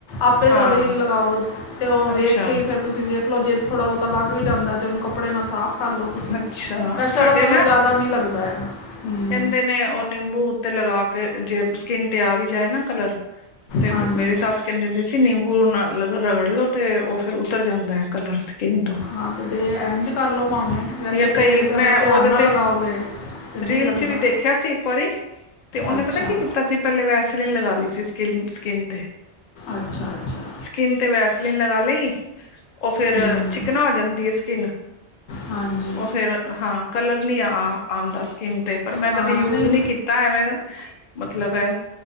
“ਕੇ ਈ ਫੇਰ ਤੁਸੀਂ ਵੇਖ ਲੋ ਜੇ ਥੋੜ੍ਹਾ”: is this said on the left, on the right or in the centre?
Left